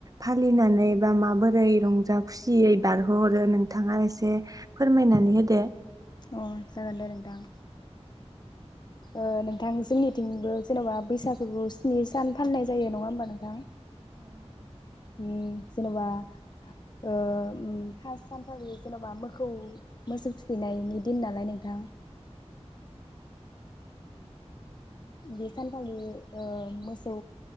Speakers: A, on the right (about 30°); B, on the left (about 40°).
A: फालिनानै बा माबोरै रंजा खुसियै बारहोहर रो नोंथाङा एसे फोरमायनानै होदो
B: अ जागोनदे नोंथां। ओ नोंथां जोंनिथिंबो जेन'बा बैसागुखौ स्नि सान फालिनाय जायो नङा होमबा नोंथां उम जेन'बा ओ उम फास सानखालि जेन'बा मोखौ मोसौ थुखैनायनि दिन नालाय नोंथां। बे सानखालि ओ मोसौ